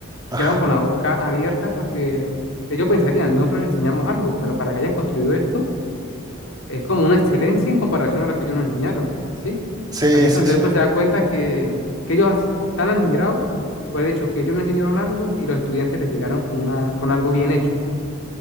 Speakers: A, on the right (about 20°); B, on the left (about 80°).
A: Ajá.
B: quedaron con la boca abierta porque ellos pensarían, nosotros les enseñamos algo, pero para que hayan construido esto es como una excelencia en comparación a lo que ellos nos enseñaron, ¿sí?
A: Sí,
B: Así que
A: sí,
B: cuando
A: sí.
B: uno se da cuenta que, que ellos as- están admirados por el hecho que ellos nos enseñaron algo y los estudiantes les llegaron con, una, con algo bien hecho,